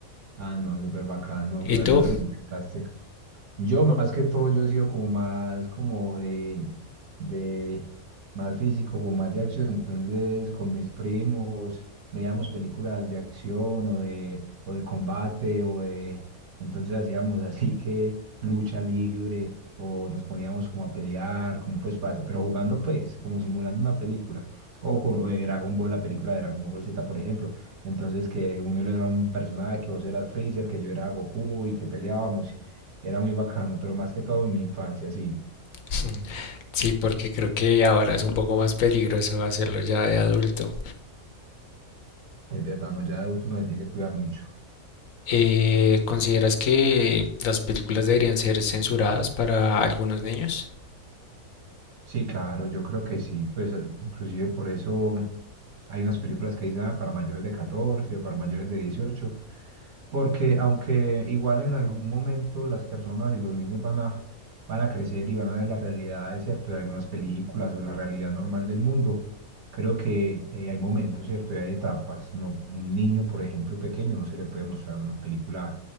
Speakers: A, on the right; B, on the left.
A: Ah, no, súper bacano,
B: ¿Y
A: pero
B: tú?
A: al menos le intentaste. Yo más que todo, yo he sido como más como de, de más físico, como más de acción. Entonces, con mis primos veíamos películas de acción o de, o de combate o de... Entonces hacíamos así que lucha libre o nos poníamos como a pelear, como pues, para- pero jugando pues, como simulando una película. O como de Dragon Ball, la película de Dragon Ball Z, por ejemplo. Entonces, que uno era un personaje, que vos eras Freezer, que yo era Goku y que peleábamos era muy bacano, pero más que todo en mi infancia, sí.
B: <laughs> Sí, porque creo que ahora es un poco más peligroso hacerlo ya de adulto.
A: Es verdad, no, ya de adulto uno se tiene que cuidar mucho.
B: Eh, ¿consideras que las películas deberían ser censuradas para algunos niños?
A: Sí, claro, yo creo que sí, pues eh, inclusive por eso hay unas películas que dicen "Ah, para mayores de 14 o para mayores de dieciocho porque aunque igual en algún momento las personas y los niños van a, van a crecer y van a ver las realidades cierto, de algunas películas o la realidad normal del mundo, creo que eh, hay momentos, cierto, y hay etapas, no, un niño, por ejemplo, pequeño, no se le puede mostrar una película,